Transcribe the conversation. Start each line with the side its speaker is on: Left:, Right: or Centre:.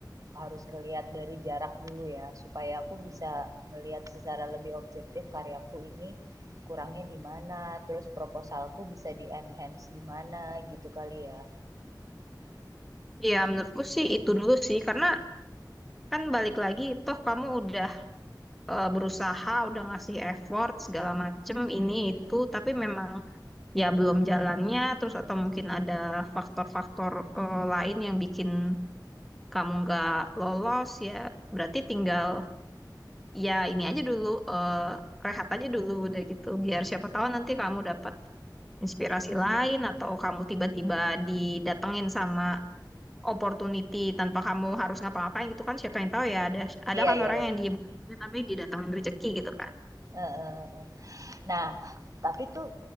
Right: harus ngelihat dari jarak dulu ya supaya aku bisa ngelihat secara lebih objektif karyaku ini kurangnya di mana terus proposalku bisa di enhance di mana gitu kali ya
Centre: Iya, menurutku sih itu dulu sih karena kan balik lagi toh kamu udah eh, berusaha udah ngasih effort segala macem ini itu tapi memang ya belum jalannya terus atau mungkin ada faktor-faktor eh, lain yang bikin kamu nggak lolos ya berarti tinggal ya ini aja dulu eh, rehat aja dulu udah gitu biar siapa tahu nanti kamu dapat inspirasi lain atau kamu tiba-tiba didatengin sama opportunity tanpa kamu harus ngapa-ngapain gitu kan siapa yang tahu ya ada ada
Right: iya
Centre: kan
Right: iya
Centre: orang
Right: iya
Centre: yang diem aja tapi didatengin rezeki gitu kan
Right: Eh, eh, eh. nah tapi tuh